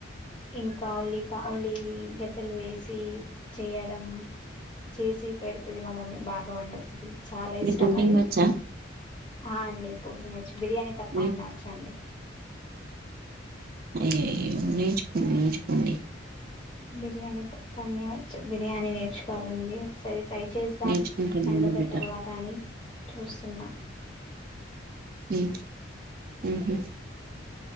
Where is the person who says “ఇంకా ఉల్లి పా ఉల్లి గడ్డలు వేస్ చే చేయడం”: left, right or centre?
Left